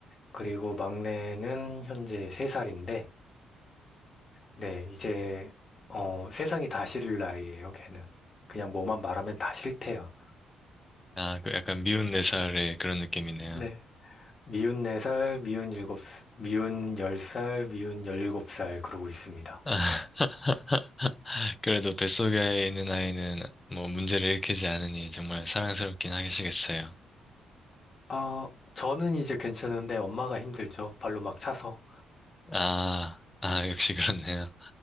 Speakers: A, on the left; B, on the left.
A: 그리고 막내는 현재 3살인데 네, 이제 어, 세상이 다 싫을 나이예요, 걔는. 그냥 뭐만 말하면 다 싫대요.
B: 아, 그 약간 미운 네 살의 그런 느낌이네요.
A: 네. 미운 4살, 미운 일곱, 미운 10살, 미운 17살 그러고 있습니다.
B: 아, <laughs> 그래도 뱃속에 있는 아이는 뭐 문제를 일으키지 않으니 정말 사랑스럽긴 하시겠어요.
A: 아, 저는 이제 괜찮은데 엄마가 힘들죠. 발로 막 차서.
B: 아, 아, 역시 그렇네요.